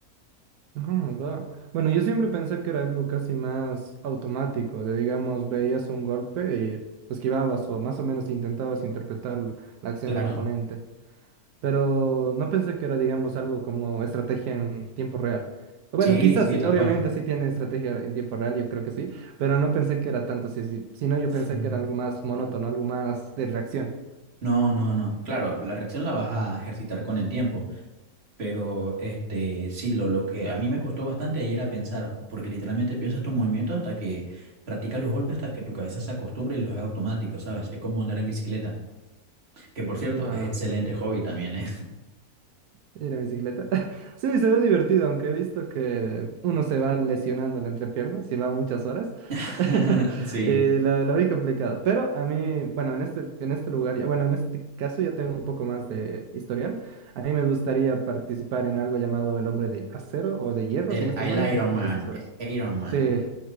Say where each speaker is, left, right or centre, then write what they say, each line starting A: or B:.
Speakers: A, on the right; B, on the right.
A: Ah, va. Bueno, yo siempre pensé que era algo casi más automático, de digamos, veías un golpe y esquivabas o más o menos intentabas interpretar la la acción
B: Claro,
A: del oponente. pero no pensé que era, digamos, algo como estrategia en tiempo real. Bueno,
B: sí,
A: quizás
B: sí,
A: sí,
B: tal
A: obviamente
B: cual.
A: sí tiene estrategia en tiempo real, yo creo que sí, pero no pensé que era tanto así, sí. sino yo pensé
B: Ujú.
A: que era algo más monótono, algo más de reacción.
B: No, no, no. Claro, la reacción la vas a ejercitar con el tiempo, pero este, sí, lo, lo que a mí me costó bastante ayer era pensar, porque literalmente piensas tus movimientos hasta que practicas los golpes, hasta que tu cabeza se acostumbra y los haga automáticos, ¿sabes? Es como andar en bicicleta, que por cierto,
A: Va.
B: es excelente hobby también, ¿eh?
A: Ir en bicicleta. <laughs> Sí, se ve divertido, aunque he visto que uno se va lesionando la entrepierna si va muchas horas.
B: <laughs>
A: <laughs>
B: Sí,
A: Y lo, lo vi complicado. Pero a mí, bueno, en este, en este lugar, ya- bueno, en este caso ya tengo un poco más de historial. A mí me gustaría participar en algo llamado El Hombre de Acero o de Hierro,
B: el,
A: si no estoy
B: el
A: mal, no sé
B: Iron
A: si escuchaste
B: Man,
A: sobre eso.
B: Iron Man,
A: Sí.